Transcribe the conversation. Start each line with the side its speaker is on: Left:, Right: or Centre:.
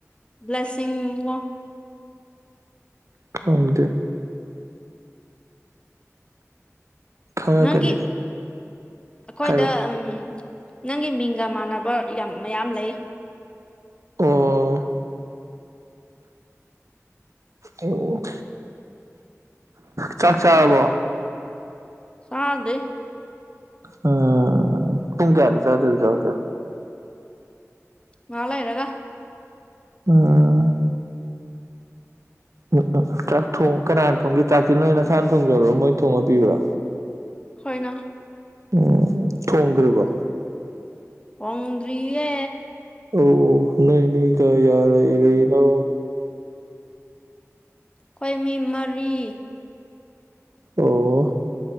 Left: ꯕ꯭ꯂꯦꯁꯤꯡ ꯋꯥ
Right: ꯈꯪꯗꯦ ꯈꯪꯉꯛꯀꯅꯤꯗ
Left: ꯅꯪꯒꯤ ꯑꯩꯈꯣꯏꯗ
Right: ꯍꯥꯏꯔꯣ
Left: ꯎꯝ ꯅꯪꯒꯤ ꯃꯤꯡꯒ ꯃꯥꯟꯅꯕ ꯌꯥꯝ ꯃꯌꯥꯝ ꯂꯩ
Right: ꯑꯣ ꯑꯣ ꯆꯥꯛ ꯆꯥꯔꯕꯣ
Left: ꯆꯥꯗ꯭ꯔꯤ
Right: ꯍꯥ ꯎꯝ ꯄꯨꯡ ꯀꯌꯥꯗ ꯆꯥꯗꯣꯏꯕ ꯆꯥꯛꯇꯤ
Left: ꯉꯥꯛ ꯂꯩꯔꯒ
Right: ꯎꯝ ꯎꯝ ꯎꯝ ꯆꯥꯛ ꯊꯣꯡ ꯀꯅꯥꯅ ꯊꯣꯡꯒꯦ ꯆꯥꯛꯇꯤ ꯅꯣꯏ ꯅꯁꯥꯅ ꯊꯣꯡꯖꯕ꯭ꯔꯣ ꯃꯣꯏꯅ ꯊꯣꯡꯉ ꯄꯤꯕ꯭ꯔꯣ
Left: ꯑꯈꯣꯢꯅ
Right: ꯎꯝ ꯊꯣꯡꯗ꯭ꯔꯤꯕꯣ
Left: ꯊꯣꯡꯗ꯭ꯔꯤꯌꯦ
Right: ꯑꯣ ꯅꯣꯏ ꯃꯤ ꯀꯌꯥ ꯂꯩꯔꯤꯅꯣ
Left: ꯑꯈꯣꯢ ꯃꯤ ꯃꯔꯤ
Right: ꯑꯣ